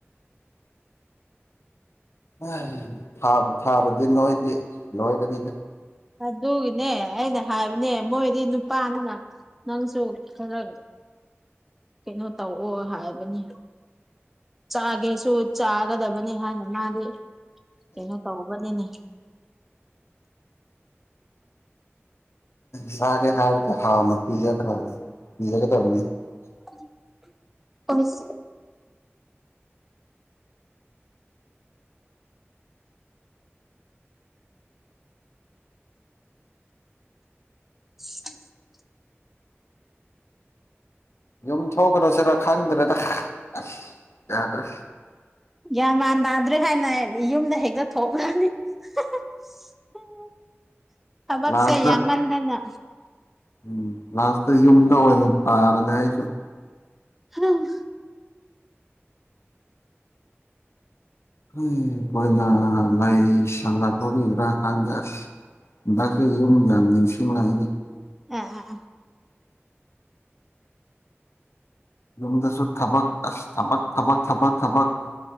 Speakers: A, on the left; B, in the centre.
A: <unintelligible> ꯊꯥꯕꯨ ꯊꯥꯔꯗꯤ ꯅꯣꯏꯗꯤ ꯂꯣꯏꯔꯅꯤꯍꯦ
B: ꯑꯗꯨꯒꯤꯅꯦ ꯑꯩꯅ ꯍꯥꯏꯕꯅꯦ ꯃꯣꯏꯗꯤ ꯅꯨꯄꯥꯅꯤꯅ ꯅꯪꯁꯨ ꯈꯔ ꯀꯩꯅꯣ ꯇꯧꯑꯣ ꯍꯥꯏꯕꯅꯤ ꯆꯥꯒꯦꯁꯨ ꯆꯥꯒꯗꯕꯅꯤ ꯍꯥꯏꯅ ꯃꯥꯗꯤ ꯀꯩꯅꯣ ꯇꯧꯕꯅꯤꯅꯦ
A: ꯆꯥꯒꯦ ꯍꯥꯏꯔꯕꯨ ꯍꯥꯎꯅ ꯄꯤꯖꯈ꯭ꯔꯣꯅꯦ ꯄꯤꯖꯒꯗꯕꯅꯤ
B: <inaudible> <inaudible>
A: ꯌꯨꯝ ꯊꯣꯛꯈ꯭ꯔꯁꯤꯔ ꯈꯪꯗ꯭ꯔꯦꯗ ꯑꯁ ꯌꯥꯗ꯭ꯔꯦ
B: ꯒ꯭ꯌꯥꯟ ꯃꯥꯟ ꯇꯥꯗ꯭ꯔꯦ ꯍꯥꯏꯅ ꯌꯨꯝꯗ ꯍꯦꯛꯇ ꯊꯣꯛꯂꯗꯤ <unintelligible> <unintelligible> ꯊꯕꯛꯁꯦ
A: ꯂꯥꯁꯇ
B: ꯌꯥꯝꯃꯟꯗꯅ
A: ꯎꯝ ꯂꯥꯁꯇ ꯌꯨꯝꯗ ꯑꯣꯏꯅ ꯇꯥꯔꯅꯦ ꯑꯩꯁꯨ
B: ꯍꯨꯝ
A: <unintelligible> ꯃꯣꯏꯅ ꯂꯩꯥꯏꯁꯜꯂꯛꯄꯒꯤꯔꯥ ꯈꯪꯗꯦ ꯑꯁ <unintelligible> ꯌꯨꯝ ꯌꯥꯝ ꯅꯤꯡꯁꯤꯡꯂꯛꯏ
B: <unintelligible>
A: ꯌꯨꯝꯗꯁꯨ ꯊꯕꯛ ꯑꯁ ꯊꯕꯛ ꯊꯕꯛ ꯊꯕꯛ ꯊꯕꯛ